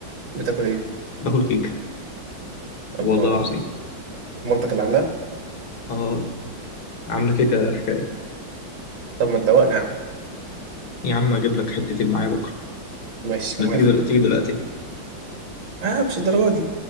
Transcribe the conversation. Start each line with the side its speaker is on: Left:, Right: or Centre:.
Right: بتاكل ايه؟
Left: باكل كيكه والله
Right: الله
Left: العظيم
Right: مامتك اللي عاملاها؟
Left: اه عامله كيكه حكايه
Right: طب ما تدوقنا يا عم
Left: يا عم اجيب لك حتتين معايا بكره
Right: ماشي
Left: ولا
Right: مهم
Left: تيجي دلوقتي تيجي دلوقتي
Right: اه مش الدرجة دي